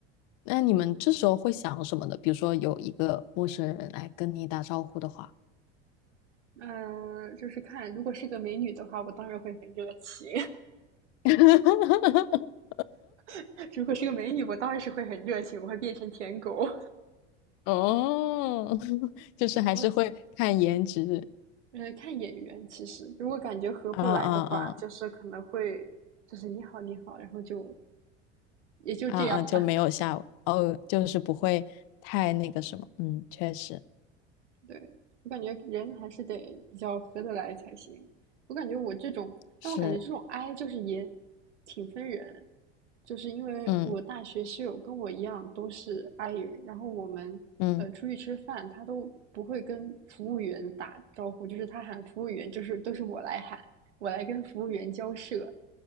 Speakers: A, on the left; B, on the right.
A: 那你们这时候会想什么呢？比如说有一个陌生人来跟你打招呼的话，
B: 嗯、呃就是看如果是个美女的话，我当然会很热情。
A: <laughs>
B: <laughs> 如果是个美女，我当然是会很热情，我会变成舔狗。
A: 哦，<laughs> 就是还是会看颜值
B: 然后，呃，看眼缘，其实如果感觉合不来的话，
A: 啊啊啊
B: 就是可能会，就是你好你好，然后就也就这样了。
A: 啊啊，就没有下哦，就是不会太那个什么，嗯，确实
B: 对，我感觉人还是得比较合得来才行。我感觉我这种，但我感觉这种
A: 是，
B: I 就是也挺分人，就是因为我大学室友跟我一样都是
A: 嗯
B: I 人，然后我们呃出去吃饭，
A: 嗯，
B: 他都不会跟服务员打招呼，就是他喊服务员，就是都是我来喊，我来跟服务员交涉。